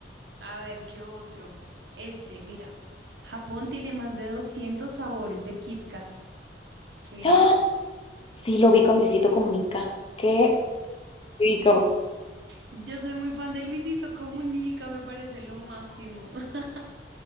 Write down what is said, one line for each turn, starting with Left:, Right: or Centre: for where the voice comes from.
Right: a ver qué otro. Este, mira, Japón tiene más de 200 sabores de Kit Kat. ¿Qué?
Left: ¡Ah! Sí, lo vi con Luisito Comunica. Qué rico.
Right: Yo soy muy fan de Luisito Comunica, me parece lo máximo. <laughs>